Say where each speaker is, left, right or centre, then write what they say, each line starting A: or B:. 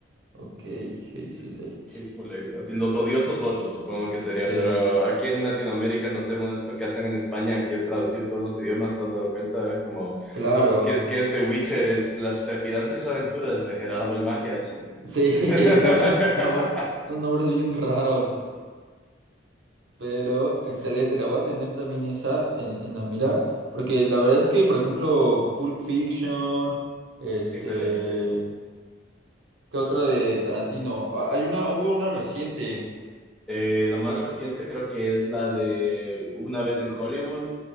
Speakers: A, on the right (about 85°); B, in the centre.
A: Ok, Hateful
B: sí,
A: Eight.
B: Hateful Eight, así los odiosos ocho, supongo que sería,
A: Sí,
B: pero aquí en Latinoamérica no hacemos esto que hacen en España, que es traducir todos los idiomas, ¿te has dado cuenta? Como,
A: claro.
B: si es que es The Witcher, es Las trepidantes aventuras de Gerardo el Magias.
A: Sí,
B: <laughs>
A: <laughs> unos nombres, unos nombres bien raros. Pero excelente, la voy a tener también esa en, en la mira, porque la verdad es que, por ejemplo, Pulp Fiction, este,
B: Excelente.
A: ¿qué otra de Tarantino? Ah, Hay una, hubo una reciente,
B: Eh, la más reciente creo que es la de Una vez en Hollywood.